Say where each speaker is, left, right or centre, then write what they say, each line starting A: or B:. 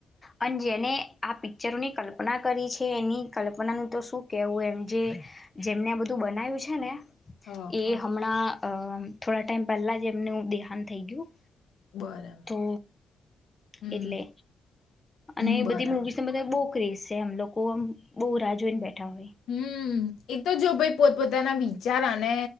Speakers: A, on the left; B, on the left.
A: અને જેને આ પિક્ચરોની કલ્પના કરી છે એની કલ્પનાનું તો શું કેવું એમ જે જેમને બધું બનાય્યું છે ને
B: હા
A: એ
B: હા
A: હમણાં અ થોડા ટાઈમ પહેલાં જ એમનું દેહંત થઈ ગયું
B: બરાબર
A: તો
B: હમ
A: એટલે
B: હમ,
A: અને એ
B: બરાબર
A: બધી મુવી બધા બોકરીઝ છે અમ લોકોમ બહુ રાહ જોઈને બેઠા હોય
B: હમ એ તો જો ભાઈ પોતપોતાના વિચાર અને